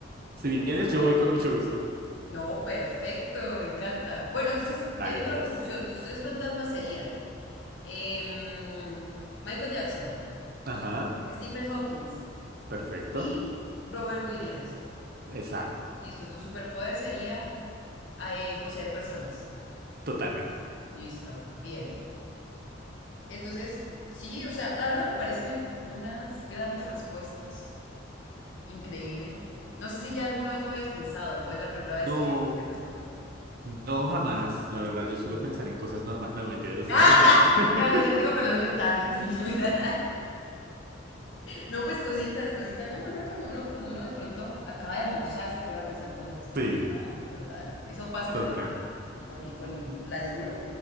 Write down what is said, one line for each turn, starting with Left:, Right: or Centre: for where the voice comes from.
Right: si
Left: no,
Right: vienes,
Left: mal
Right: yo
Left: ahí,
Right: voy con
Left: mal
Right: mucho
Left: ahí.
Right: gusto.
Left: No, perfecto, me encanta. Bueno, entonces,
Right: Dale,
Left: llegando
Right: pues.
Left: a la conclusión, tus tres fantasmas serían em, Michael Jackson,
Right: Ajá,
Left: Stephen Hawking
Right: perfecto.
Left: y Robert Williams.
Right: Exacto,
Left: Listo, tu superpoder sería eh, poseer personas.
Right: totalmente.
Left: Listo, bien. Entonces, sí, o sea, la verdad me parecen unas grandes respuestas Increíble. No sé si ya alguna vez lo habías pensado o es la primera vez
Right: No,
Left: que, que respondes.
Right: no jamás. La verdad, yo suelo
Left: Nunca.
Right: pensar en cosas normales. No, mentira,
Left: <laughs>
Right: no estoy
Left: ¡Ah!
Right: molestando. <laughs>
Left: La verdad, yo no tengo problemas mentales. <laughs> No, pues cositas, cositas. No, normal cuando uno, cuando uno de pronto acaba de almorzar se pone a pensar cosas, ¿no?
Right: Sí,
Left: Total, total. Eso pasa
Right: total.
Left: con el hambre y con, y con la llenura.